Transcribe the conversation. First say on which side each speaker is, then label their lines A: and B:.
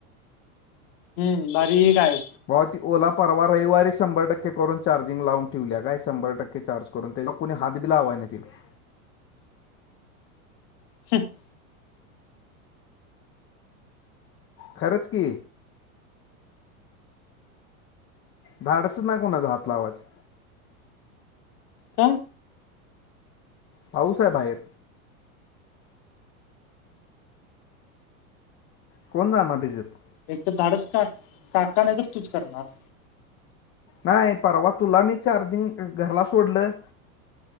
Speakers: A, on the left; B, on the left.
A: हम्म बारीक आहे.
B: भावा ती ओला परवा रविवारी शंभर टक्के करून चार्जिंग लावून ठेवल्या काय शंभर टक्के चार्ज. करून त्याच्या कोणी हात बी लावाय नाही त्यांनी.
A: <inaudible>
B: खरच की. धाडसच नाय कुणाच हात लावायच.
A: का?
B: पाऊस आहे बाहेर. कोण जाणार त्या जात.
A: एक तर धाडस का काका नाही तर तूच करणार.
B: नाही परवा तुला मी चार्जिंग घरला सोडलं.